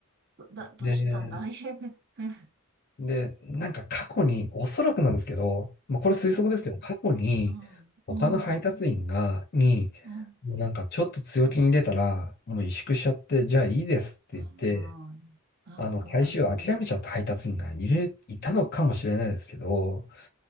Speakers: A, on the right; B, on the left.
A: だ、どうしたんだい
B: で、
A: <laughs>
B: で、なんか過去に、おそらくなんですけど、まあ、これ推測ですけど、
A: うん、
B: 過去に、
A: うん、
B: 他の配達員が、
A: うん、
B: に、
A: うん、
B: もうなんかちょっと強気に出たら、もう萎縮しちゃって、じゃあいいですって言って、
A: うん、う
B: あの、回収を諦めちゃった配達員がいる、
A: ん。
B: いたのかもしれないですけど、